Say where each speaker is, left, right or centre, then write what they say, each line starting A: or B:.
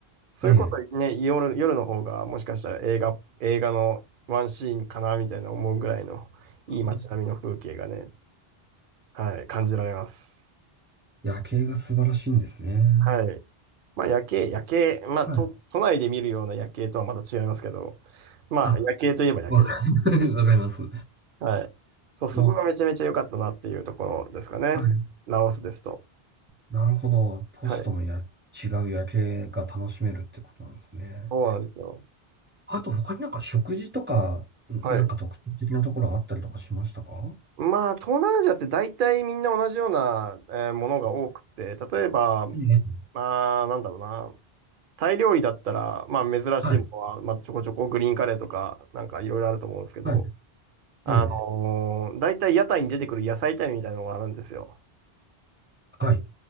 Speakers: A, on the right; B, on the right.
A: そういうことね、
B: え、ええ。
A: 夜、夜の方がもしかしたら映画、映画のワンシーンかなみたいな思うぐらいのいい街並みの風景がね、
B: ほう
A: はい、感じられます。
B: 夜景が素晴らしいんですね。
A: はい。まあ夜景、夜景、まあ都、
B: はい。
A: 都内で見るような夜景とはまた違いますけど、まあ夜景といえば夜景
B: あ、わかり、<laughs> わかります。
A: はい。そう、そこがめちゃめちゃ良かったなっていうところですかね。
B: もう、はい。
A: ラオスですと。
B: なるほど。都市とのや、
A: はい。
B: 違う夜景が楽しめるってことなんですね。
A: そうなんですよ。
B: あと、他になんか食事とか、んなんか特徴的なところあったりとかしましたか
A: はい。まあ、東南アジアって大体みんな同じような、えーものが多くて、例えば、
B: ええ。
A: まあ、なんだろうな。タイ料理だったら、まあ、珍しいものは、
B: はい。
A: まあ、ちょこちょこグリーンカレーとか、なんかいろいろあると思うんですけど、
B: はい。
A: あのー、
B: ええ。
A: 大体屋台に出てくる野菜炒めみたいなのがあるんですよ。
B: はい。